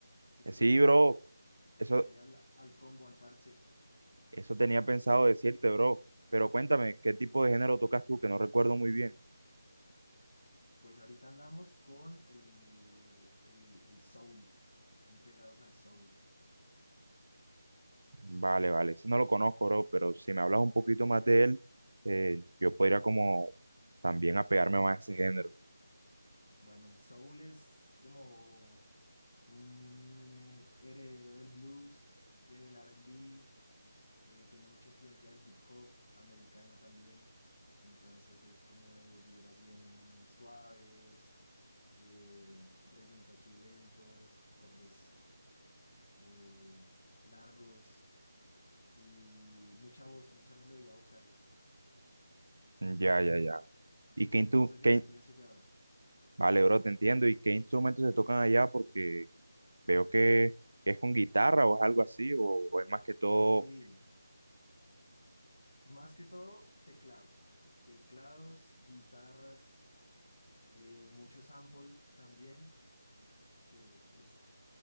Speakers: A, on the left; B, on the right.
A: que se
B: eh, sí,
A: lleve a
B: bro,
A: la, que
B: eso,
A: se lleve al, al combo, al parche.
B: eso tenía pensado decirte, bro. Pero cuéntame, ¿qué tipo de género tocas tú? Que no recuerdo muy bien.
A: Pues ahorita andamos con el, eh, el, el soul, muy pegados al soul.
B: Vale, vale, ese no lo conozco, bro, pero si me hablas un poquito más de él, eh, yo podría como también apegarme más a ese género.
A: Bueno, el soul es como un eh, heredero del blues, del R&B, eh, tiene mucha influencia del hip hop americano también, entonces es como de vibras bien suaves, eh, ritmito aquí lento, acordes eh, largos y mucha voz, mucha melodía vocal,
B: Ya, ya, ya. ¿Y qué, intu-
A: bien sollados,
B: qué,
A: bien sollado.
B: Vale, bro, te entiendo. ¿Y qué instrumentos se tocan allá? Porque veo que es con guitarra o es algo así, o, o es más que todo.
A: Sí, más que todo teclados, teclados, guitarras. eh, mucho sample también, que es